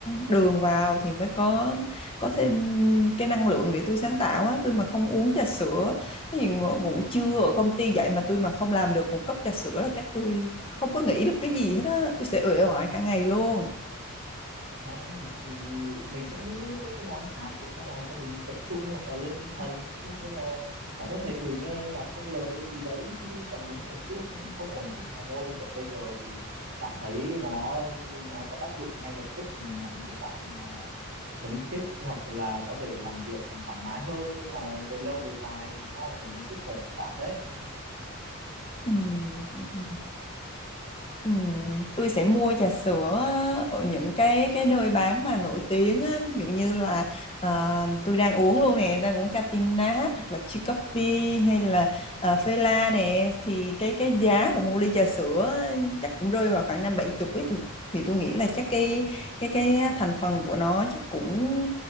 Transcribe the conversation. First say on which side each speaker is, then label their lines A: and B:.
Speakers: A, on the left; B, on the right.
A: đường vào thì mới có có thêm cái năng lượng để tôi sáng tạo á tôi mà không uống trà sữa cái gì ngủ, ngủ trưa ở công ty dậy mà tôi mà không làm được một cốc trà sữa là chắc tôi không có nghĩ được cái gì hết á tôi sẽ uể oải cả ngày luôn
B: Ồ, thì mình sẽ nghĩ những cái phương án khác để cho làm cho mình tập trung hoặc là lên tinh thần ví dụ như là bạn có thể thử nghe nhạc không lời hay gì đấy chứ còn uống trà sữa không không ổn tí nào đâu vậy bây giờ thì bạn thấy nó nó có tác dụng ngay lập tức bạn giúp bạn à, phấn khích hoặc là có thể làm việc thoải mái hơn nhưng mà về lâu về dài nó ảnh hưởng đến sức khỏe của bạn đấy
A: Ừm, Ừm, tôi sẽ mua trà sữa ở những cái cái nơi bán mà nổi tiếng á, ví dụ như là à, tôi đang uống luôn nè đang uống Catinat hoặc là Chi Coffee hay là à, Fela nè thì cái cái giá của một ly trà sữa á, chắc cũng rơi vào khoảng năm bảy chục ấy thì, thì tôi nghĩ là chắc cái cái cái thành phần của nó chắc cũng